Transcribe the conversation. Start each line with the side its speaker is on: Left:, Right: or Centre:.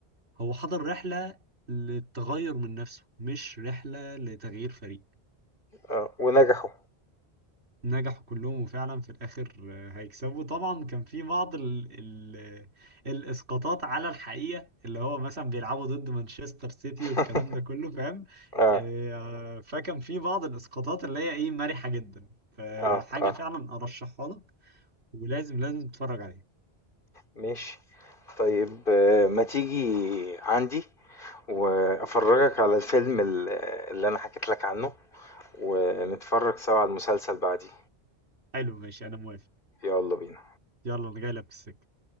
Right: هو حضر رحلة للتغير من نفسه مش رحلة لتغيير فريق
Left: آه. ونجحوا
Right: نجحوا كلهم وفعلا في الآخر آه، هيكسبوا طبعا كان في بعض ال ال الإسقاطات على الحقيقة اللي هو مثلا بيلعبوا ضد مانشستر سيتي
Left: <laughs>
Right: والكلام ده كله فاهم
Left: اه
Right: آه، فكان في بعض الإسقاطات اللي هي إيه مرحة جدا فحاجة
Left: اه اه
Right: فعلا أرشحها لك ولازم لازم تتفرج عليها
Left: ماشي طيب آه، ما تيجي عندي وافرجك على الفيلم ال- اللي انا حكيت لك عنه ونتفرج سوا على المسلسل بعديه
Right: حلو ماشي أنا موافق
Left: يلا بينا
Right: يلا أنا جاي لك في السكة